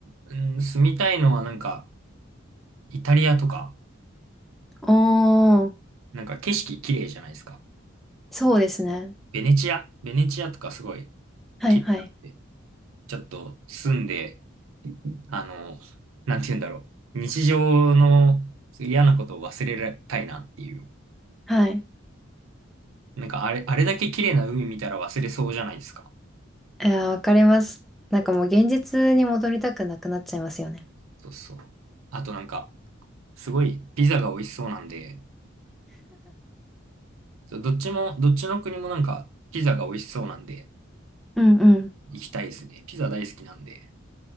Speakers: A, on the right; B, in the centre.
A: うん、住みたいのはなんか、イタリアとか、
B: おー、
A: なんか景色綺麗じゃないですか。
B: そうですね。
A: ベネチアベネチアとかすごい
B: はいはい。
A: 綺麗なんで、ちょっと住んで、あの、なんて言うんだろう。日常の嫌なことを忘れたいなっていう。
B: はい。
A: なんかあれ、あれだけ綺麗な海見たら忘れそうじゃないですか。
B: いやー、わかります。なんかもう現実に戻りたくなくなっちゃいますよね。
A: そうそう。あとなんか、すごいピザが美味しそうなんで、そうどっちも、どっちの国もなんかピザが美味しそうなんで、
B: うんうん。
A: 行きたいですね。ピザ大好きなんで。